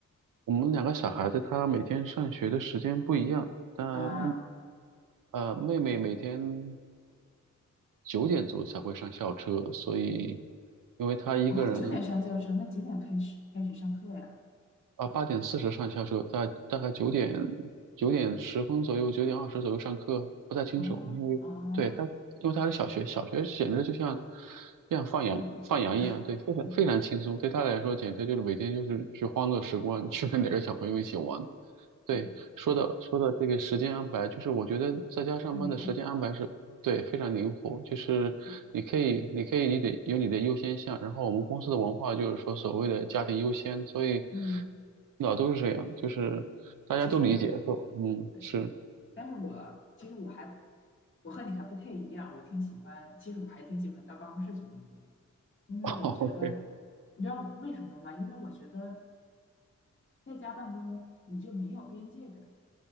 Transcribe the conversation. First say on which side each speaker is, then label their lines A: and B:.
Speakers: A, on the right (about 85°); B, on the left (about 40°).
A: 我们两个小孩子他每天上学的时间不一样，但
B: 啊
A: 呃妹妹每天九点钟才会上校车，所以因为她一个人。
B: 啊，九点上教程，那几点开始开始上课呀？
A: 啊，八点四十上下车，大大概九点九点十分左右，九点二十左右上课，不太清楚，
B: 啊啊，
A: 因为对他，因为他是小学，小学简直就像像放羊放羊一样，
B: 更灵活，
A: 对，非常非常轻松，
B: 嗯，
A: 对他来说简直就是每天就是去欢乐时光，去跟哪个小朋友一起玩，对，
B: 对，
A: 说的说的这个时间安排，就是我觉得在家上班的时间安排是对非常灵活，
B: 更灵活。
A: 就是你可以，
B: 嗯，
A: 你可以，你得有你的优先项。然后我们公司的文化就是说所谓的家庭优先，所以
B: 嗯
A: 老都是这样，就是大家都理解说，
B: 其实我
A: 嗯，
B: 对。
A: 是
B: 但是我其实我还我和你还不太一样，我挺喜欢，其实我还挺喜欢到办公室去工作，因为我觉得，
A: <laughs>，OK
B: 你知道为什么吗？因为我觉得在家办公你就没有边界感，